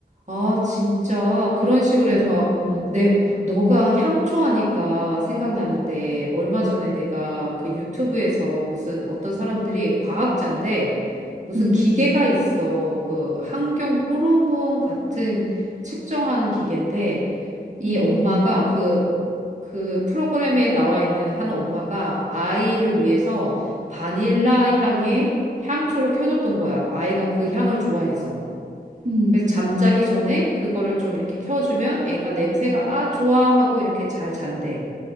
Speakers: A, on the right; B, on the right.
A: 아, 진짜. 그런 식으로 해서
B: 음. 어.
A: 내, 너가 향초 하니까 생각나는데, 얼마 전에 내가 그 유튜브에서 무슨 어떤 사람들이 과학자인데, 무슨
B: 음,
A: 기계가 있어. 그 환경 호르몬 같은 측정하는 기계인데, 이
B: 음,
A: 엄마가 그, 그 프로그램에 나와 있는 한 엄마가 아이를 위해서 바닐라 향의 향초를 켜줬던 거야. 아이가 그 향을 좋아해서.
B: 음,
A: 그래서 잠자기 전에 그거를 좀 이렇게 켜주면 애가 냄새가 아, 좋아 하고 이렇게 잘 잔대.